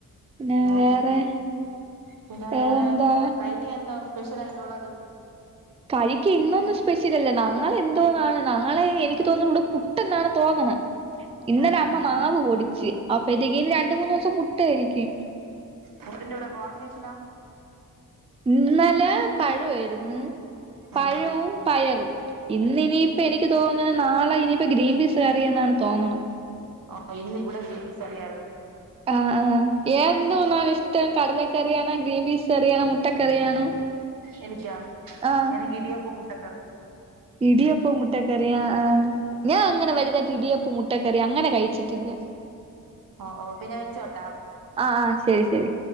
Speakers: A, on the right (about 20°); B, on the right (about 75°).
A: പിന്നെ
B: ആ
A: വേറെ
B: പിന്നെ
A: വേറെന്താ
B: വേറെ കഴിക്കാൻ എന്താ സ്പെഷ്യൽ ആയിട്ടുള്ളത്
A: കഴക്ക് ഇന്നൊന്നും സ്പെഷ്യലല്ല നാളെ എന്തോന്നാണ് നാളെ എനിക്ക് തോന്നുന്നത് പുട്ടന്നാണ് തോനണെ ഇന്നലെ
B: ഉം
A: അമ്മ
B: ഉം
A: മാവ് പൊടിച്ച് അപ്പൊതേക്ക് രണ്ട് മൂന്ന് ദിവസം പുട്ടായിരിക്കും
B: പുട്ടിന്റെ കുടെ കോമ്പിനേഷനാ
A: ഇന്നല പഴവായിരുന്നു പഴവും
B: ഉം
A: പയറും ഇന്നിനി ഇപ്പൊ എനിക്ക് തോന്നുന്നത് നാളെ ഇനിയിപ്പോ ഗ്രീൻബീസ് കയറിയ എന്നാണ് തോന്നുന്നത്
B: ആഹ ഇന്ന് ഇവിടെ കൃൻബീസ് കറി യായിരുന്നു
A: ആഹ് ആഹ് എന്തോന്നാണ് ഇഷ്ടം കടലക്കറിയണോ ഗ്രീൻ പീസ് കറിയാണോ മുട്ടക്കറിയാണോ <inaudible>
B: എനിക്കാ
A: ആഹ്
B: എനിക്ക് ഇടിയപ്പം മുട്ടക്കറി
A: ഇടിയപ്പം മുട്ടകറി ആഹ് ആഹാ ഞാൻ അങ്ങനെ വരുനെ ഇടിയപ്പൂ മുട്ടക്കറി അങ്ങനെ കഴിച്ചിട്ടില്ല
B: ഓ ഓ പിന്നെ വെച്ചോട്ട
A: ആഹ ആഹ ശരി ശരി